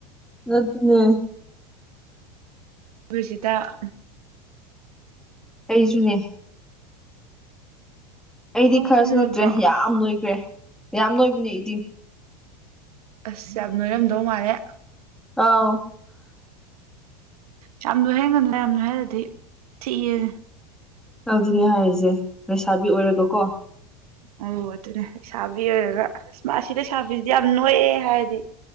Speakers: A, in the centre; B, on the right.
A: <unintelligible>
B: <unintelligible>
A: ꯑꯩꯖꯨꯅꯦ ꯑꯩꯗꯤ
B: ꯅꯪꯁꯨ
A: ꯈꯔꯁꯨ
B: ꯅꯣꯏꯕ꯭ꯔꯣ
A: ꯅꯠꯇ꯭ꯔꯦ ꯌꯥꯝ ꯅ‌ꯣꯏꯒ‍꯭ꯔ‌‌ꯦ ꯌꯥꯝ ꯂꯣꯏꯕꯅꯦ ꯑꯩꯗꯤ
B: ꯑꯁ ꯌꯥꯝ ꯅꯣꯏꯔꯝꯗꯧ ꯃꯥꯜꯂꯦ
A: ꯑꯥꯎ
B: ꯌꯥꯝ ꯅ‌ꯣꯏꯍꯟꯒꯅꯨ ꯌꯥꯝ ꯅ‌ꯣꯏꯍꯟꯂ ꯗꯤ ꯊꯤꯕꯅ‌ꯦ
A: ꯑꯗꯨꯅꯦ ꯍꯥꯏꯖ‌ꯦ ꯂꯩꯁꯥꯕꯤ ꯑꯣꯏꯔꯒ ꯀꯣ
B: ꯑꯝ ꯑꯗꯨꯅꯦ ꯁꯥꯥꯕꯤ ꯑꯣꯏꯔꯒ ꯏꯁ ꯑꯁꯤ ꯂꯩꯁꯥꯥꯕꯤꯁꯤꯗꯤ ꯌꯥꯝ ꯅꯣꯏꯑꯦ ꯍꯥꯏꯔꯗꯤ